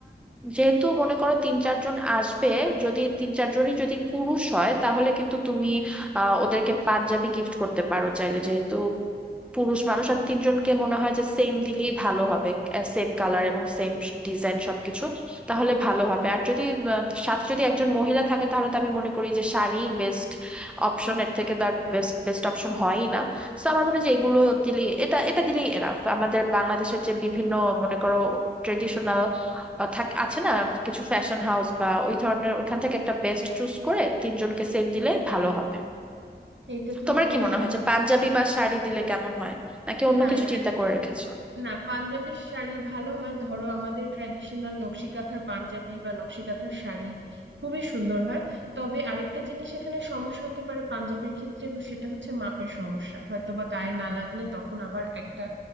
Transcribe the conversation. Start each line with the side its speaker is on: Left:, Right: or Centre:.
Centre: যেহেতু মনে করো তিন চারজন আসবে যদি তিন চারজনই যদি পুরুষ হয় তাহলে কিন্তু তুমি আহ ওদেরকে পাঞ্জাবি গিফট করতে পারো চাইলে যেহেতু পুরুষ মানুষ আর তিনজনকে মনে হয় যে সেম দিলেই ভালো হবে সেম কালার এবং সেম ডিজাইন সবকিছু তাহলে ভালো হবে আর যদি আহ, সাথে যদি একজন মহিলা থাকে তাহলে তো আমি মনে করি যে শাড়ি বেস্ট অপশন এর থেকে তার বেস্ট বেস্ট অপশন হয়ই না তো আমার মনে হয় যে এগুলো দিলে এটা এটা দিলেই এনাফ আমাদের বাংলাদেশের যে বিভিন্ন মনে করো ট্রেডিশনাল থাকে আছে না কিছু ফ্যাশন হাউস বা ওই ধরনের ওইখান থেকে একটা বেস্ট চুজ করে তিনজনকে সেম দিলে ভালো হবে
Right: এইটা তুমি
Centre: তোমার
Right: খুবই
Centre: কি মনে
Right: ভালো
Centre: হয় যে পাঞ্জাবি বা শাড়ি দিলে কেমন হয় নাকি অন্য
Right: না
Centre: কিছু
Right: এটা
Centre: চিন্তা করে রেখেছো
Right: না পাঞ্জাবির শাড়ি ভালো হয় ধরো আমাদের ট্র্যাডিশনাল নকশি কাঁথার পাঞ্জাবি বা নকশি কাঁথার শাড়ি খুবই সুন্দর হয় তবে আরেকটা জিনিস এখানে সমস্যা হতে পারে পাঞ্জাবির ক্ষেত্রে সেটা হচ্ছে মাপের সমস্যা হয়তো বা গায়ে না লাগলে তখন আবার একটা